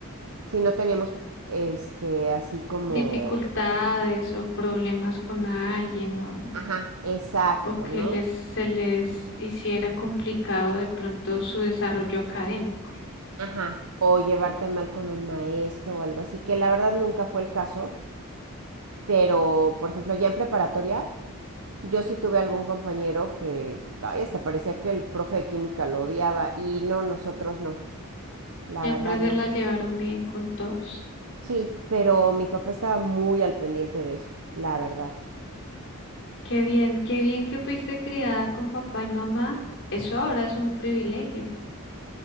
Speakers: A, on the right; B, on the left.
A: si no tenemos este así como
B: Dificultades o problemas con alguien o,
A: ajá, exacto,
B: o que
A: ¿no?
B: les, se les hiciera complicado de pronto su desarrollo académico.
A: Ajá. O llevarte mal con un maestro o algo así, que la verdad nunca fue el caso, pero por ejemplo, ya en preparatoria yo sí tuve algún compañero que ay, hasta parecía que el profe de química lo odiaba y no, nosotros no, la
B: Siempre
A: verdad
B: se
A: no.
B: la llevaron bien con todos.
A: Sí, pero mi papá estaba muy al pendiente de eso, la verdad.
B: Qué bien, qué bien que fuiste criada con papá y mamá. Eso ahora es un privilegio.